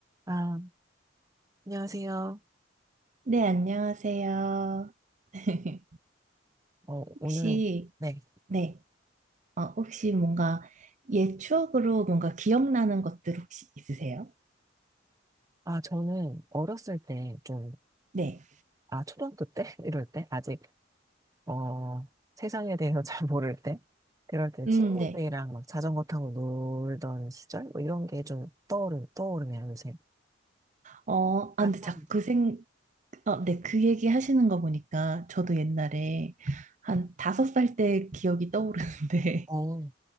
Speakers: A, on the right; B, on the right.
A: 아, 안녕하세요.
B: 네, 안녕하세요. <laughs>
A: 어,
B: 혹시,
A: 오늘, 네.
B: 네, 어, 혹시 뭔가 옛 추억으로 뭔가 기억나는 것들 혹시 있으세요?
A: 아, 저는 어렸을 때 좀,
B: 네,
A: 아, 초등학교 때? <laughs> 이럴 때? 아직, 어, 세상에 대해서 <laughs> 잘 모를 때? 그럴 때 친구들이랑
B: 음, 네.
A: 막 자전거 타고 놀던 시절? 뭐 이런 게 좀 떠오르, 떠오르네요, 요새.
B: 어, 아,
A: 아간
B: 근데 자꾸 생, 어, 네, 그 얘기 하시는 거 보니까 저도 옛날에 한 다섯 살 때 기억이 떠오르는데
A: 어,